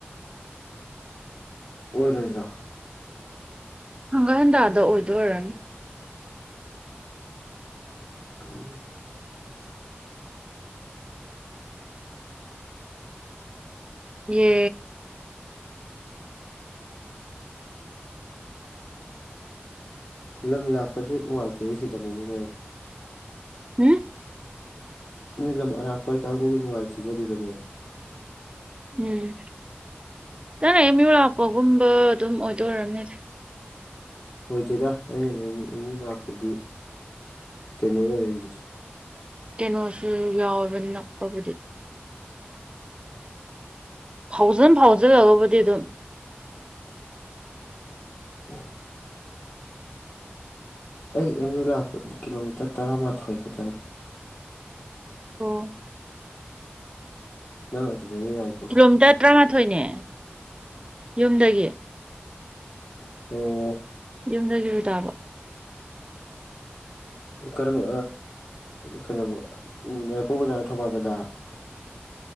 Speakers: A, on the left; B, on the right.
A: ꯑꯣꯏꯔꯣꯏꯗꯔꯣ
B: ꯍꯪꯒꯥ ꯍꯟꯇꯥꯗ ꯑꯣꯏꯗꯣꯏꯔꯅꯤ
A: ꯎꯝ
B: ꯌꯦ
A: ꯂꯝ ꯂꯥꯛꯄꯁꯦ ꯅꯨꯡꯉꯥꯏꯇ꯭ꯔꯤꯦ ꯁꯤꯗꯅꯤꯅꯦ ꯅꯣꯏ
B: ꯎꯝ
A: ꯅꯣꯏ ꯂꯝ ꯑꯔꯥꯞꯄ ꯀꯥꯡꯕꯨꯨꯒꯤ ꯅꯨꯡꯉꯥꯏꯇꯖꯦ ꯑꯗꯨꯗꯨꯅꯦꯕ
B: ꯎꯝ ꯅꯅ ꯑꯦꯝ ꯌꯨ ꯂꯥꯛꯄꯒꯨꯝꯕ ꯑꯗꯨꯝ ꯑꯣꯏꯗꯣꯏꯔꯕꯅꯦ
A: ꯑꯣꯏꯗꯦꯗ ꯑꯩꯅ ꯑꯦꯝ ꯌꯨ ꯂꯥꯛꯄꯗꯤ ꯀꯩꯅꯣ ꯑꯣꯏꯔꯗꯨꯗꯤ
B: ꯀꯩꯅꯣꯁꯨ ꯌꯥꯎꯋꯦꯕ ꯅꯛꯄꯕꯨꯗꯤ ꯐꯥꯎꯖꯟ ꯐꯥꯎꯖꯤꯜꯂꯒꯕꯨꯗꯤ ꯑꯗꯨꯝ
A: ꯎ ꯑꯩ ꯑꯦꯝ ꯌ ꯂꯥꯛꯄꯗꯤ ꯀꯤꯂꯣꯃꯤꯇꯔ ꯇꯔꯥꯃꯥꯊꯣꯏ ꯈꯛꯇꯅꯤ
B: ꯇꯣ
A: ꯅꯪ ꯑꯗꯨꯗꯅꯤ ꯌꯥꯏ
B: ꯀꯤꯂꯣꯃꯤꯇꯔ ꯇꯔꯥꯃꯥꯊꯣꯏꯅꯦ ꯌꯨꯝꯗꯒꯤ
A: ꯑꯣ
B: ꯌꯨꯝ ꯌꯔꯨ ꯇꯥꯕ
A: ꯀꯝꯕ ꯀꯩꯅꯣꯧꯕ ꯌꯥꯏꯄꯣꯛ ꯕꯖꯥꯔ ꯊꯧꯕꯥꯜ ꯕꯖꯥꯔ